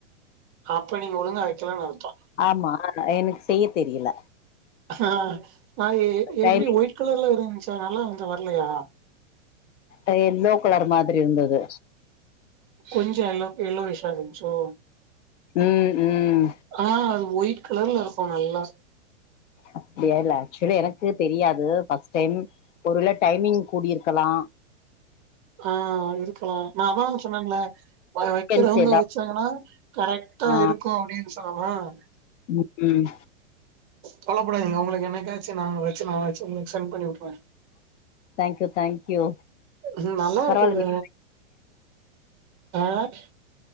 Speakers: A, on the right; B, on the left.
A: அப்ப நீங்க ஒழுங்கா வைக்கலன்னு அர்த்தோ
B: ஆமா ஆ எனக்கு செய்ய தெரியல
A: ஆ நா எ எப்படி
B: டைமிங்
A: ஒயிட் கலர்ல இருந்துச்சா நல்லாருன்சா வரல்லயா
B: அ எல்லோ கலர் மாதிரி இருந்தது
A: கொஞ்சொ எல்லோ எல்லோயிஷா இருந்ச்சூ
B: ம் ம்
A: ஆ அது ஒயிட் கலர்ல இருக்கூ நல்லா
B: அப்படியா இல்ல ஆக்சுவலி எனக்கூ தெரியாது ஃபஸ்ட் டைம் ஒரு டைமிங் கூடியிருக்கலா
A: ஆஹ் இருக்கலா நா அதானு சொன்னன்ல வைக்கிறவங்க
B: கன்ஸ் ஏதாவது
A: வச்சாங்கன்னா கரெக்டா
B: ஆ
A: இருக்கு அப்டின்னு சொல்லலாம்
B: ம்
A: கவலபடாதீங்க உங்களுக்கு என்னைக்காச்சு நாங்க வச்சி நா வச்சு உங்களுக்கு சென் பண்ணி உட்ருவே
B: தேங்க்யூ தேங்க்யூ
A: ம் நல்லா
B: பரவால்ல
A: இருக்குங்க
B: நீ
A: ஆஹ்